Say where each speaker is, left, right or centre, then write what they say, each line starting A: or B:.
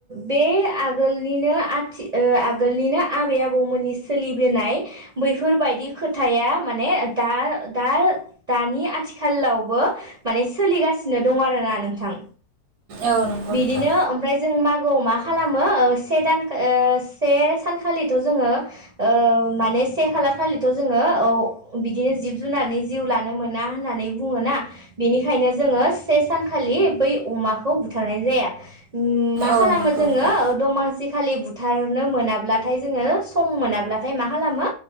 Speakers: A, on the right; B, on the right.
A: बे आगोलनिनो आथि आगोलनिनो आबै आबौमोननि सोलिबोनाय बैफोरबायदि खोथाया माने दा दा दानि आथिखालावबो माने सोलिगासिनो दं आरोना नोंथां
B: औ नंगौ
A: बिदिनो
B: नोंथां
A: ओमफ्राय जों माग मागोआव मा खालामो ओ से दान से सानखालिथ जोङो ओ माने से खालार खालिथ जोङो ओ बिदिनो जिब जुनारनि जिउ लानो मोना होननानै बुङोना बिनिखायनो जोङो से सानखालि बै अमाखौ बुथारनाय जाया मा
B: औ
A: खालामो
B: नंगौ
A: जोङो
B: नोंथां
A: दमासिखालि बुथारनो मोनाब्लाथाय जोङो सम मोनाब्लाथाय मा खालामो